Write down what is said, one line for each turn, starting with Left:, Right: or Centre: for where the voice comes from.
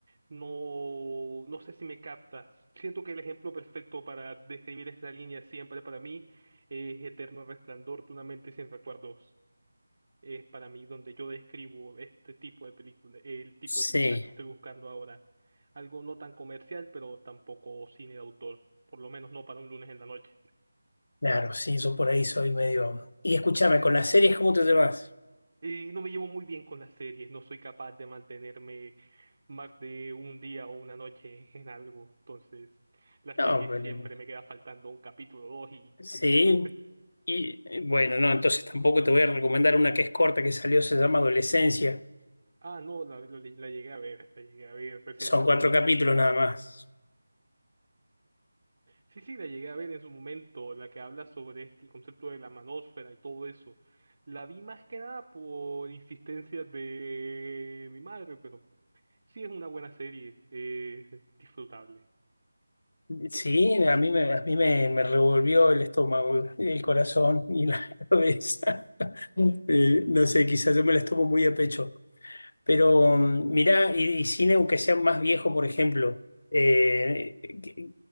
Right: No, no sé si me captas. Siento que el ejemplo perfecto para describir esa línea siempre para mí es Eterno Resplandor de una mente sin recuerdos. Es para mí donde yo describo este tipo de película, el tipo de
Left: Sí,
Right: películas que estoy buscando ahora. Algo no tan comercial, pero tampoco cine de autor, por lo menos no para un lunes en la noche.
Left: claro, sí, yo por ahí soy medio... Y escúchame, con las series, ¿cómo te llevas?
Right: y no me llevo muy bien con las series, no soy capaz de mantenerme más de un día o una noche en algo, entonces las
Left: No,
Right: series
Left: pero...
Right: siempre me queda faltando un capítulo o dos y...
Left: Sí,
Right: <laughs>
Left: y eh, bueno, no, entonces tampoco te voy a recomendar una que es corta, que salió, se llama Adolescencia.
Right: Ah, no, la, la- la llegué a ver, la llegué a ver recién
Left: Son
Right: salida.
Left: cuatro capítulos nada más.
Right: Sí, sí, la llegué a ver en su momento, la que habla sobre este concepto de la manósfera y todo eso. La vi más que nada por insistencia de mi madre, pero sí es una buena serie, eh, disfrutable.
Left: Sí, a mí me, a mí me, me revolvió el estómago, el corazón y la <laughs> cabeza. Eh, no sé, quizás yo me las tomo muy a pecho. Pero mm, mirá, y, y cine, aunque sea más viejo, por ejemplo, eh, ¿qué-